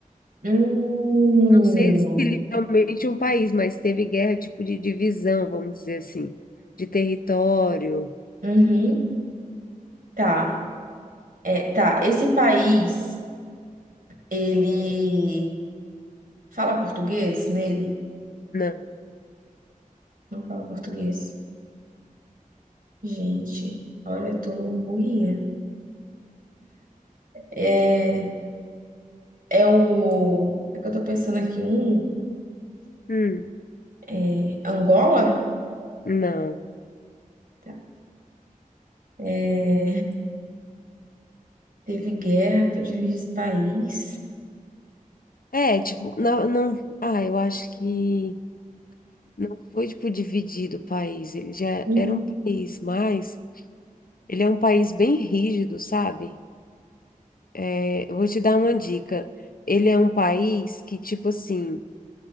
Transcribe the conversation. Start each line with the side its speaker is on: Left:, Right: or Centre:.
Right: Hum,
Left: Não sei se literalmente um país, mas teve guerra tipo de divisão, vamos dizer assim, de território.
Right: uhum. Tá. É, tá. Esse país, ele fala português nele?
Left: Não.
Right: Não fala português. Gente, olha, eu tô burrinha. É, É o. É que eu tô pensando aqui, um.
Left: Hum,
Right: é Angola?
Left: não.
Right: Tá. É, teve guerra pra dividir esse país.
Left: É, tipo, não, não. Ah, eu acho que não foi tipo dividido o país. Ele já
Right: Hum.
Left: era um país, mas ele é um país bem rígido, sabe? É, eu vou te dar uma dica. Ele é um país que, tipo assim,